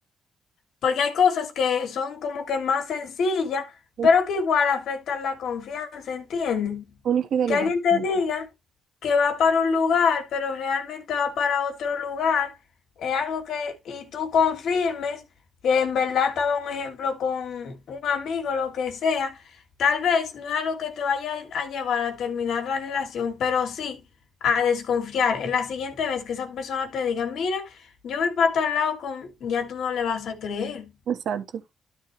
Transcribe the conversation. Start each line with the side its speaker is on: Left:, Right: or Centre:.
Left: Porque hay cosas que son como que más sencillas,
Right: Un-
Left: pero que igual afectan la confianza, ¿entiendes?
Right: Una infidelidad.
Left: Que alguien te
Right: por
Left: diga
Right: ejemplo.
Left: que va para un lugar, pero realmente va para otro lugar, es algo que, y tú confirmes que en verdad estaba un ejemplo con un amigo, lo que sea, tal vez no es algo que te vaya a llevar a terminar la relación, pero sí a desconfiar. En la siguiente vez que esa persona te diga, mira, yo voy para tal lado con, ya tú no le vas a creer.
Right: Exacto.